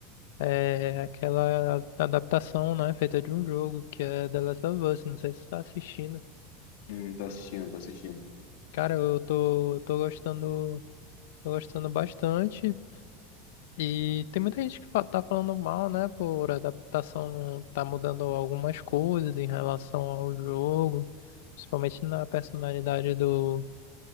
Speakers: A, on the left (about 80°); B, on the left (about 70°).
A: é aquela adaptação, né, feita de um jogo, que é The Last of Us. Não sei se você tá assistindo.
B: Hum, tô assistindo, tô assistindo.
A: Cara, eu tô, eu tô gostando, tô gostando bastante. E tem muita gente que fa- tá falando mal, né? Por adaptação, tá mudando algumas coisas em relação ao jogo, principalmente na personalidade do,